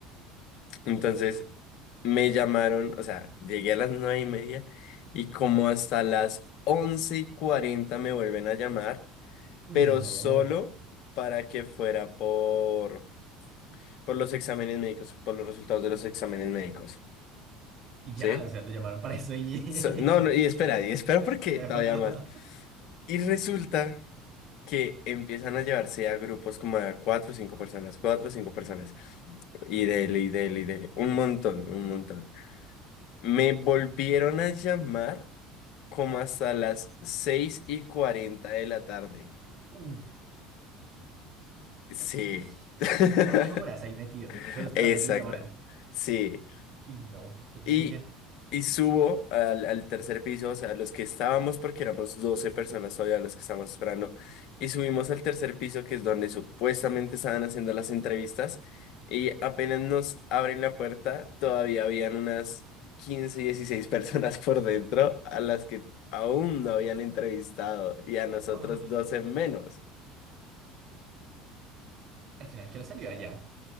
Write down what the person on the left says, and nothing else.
Entonces, me llamaron, o sea, llegué a las nueve y media y como hasta las once y cuarenta me vuelven a llamar
pero
solo para que fuera por, por los exámenes médicos, por los resultados de los exámenes médicos,
¿sí?
So- no, no, y espera, y espera porque
todavía
mal. Y resulta que empiezan a llevarse a grupos como a cuatro o cinco personas, cuatro o cinco personas. Y dele, y dele, y dele. Un montón, un montón. Me volvieron a llamar como hasta las seis y cuarenta de la tarde.
Sí.
<laughs>
Exacto.
Sí.
Y, y subo al, al tercer piso, o sea, los que estábamos, porque éramos 12 personas todavía los que estábamos esperando, y subimos al tercer piso, que es donde supuestamente estaban haciendo las entrevistas, y apenas nos abren la puerta, todavía habían unas 15 16 personas por dentro a las que aún no habían entrevistado, y a nosotros
12 menos.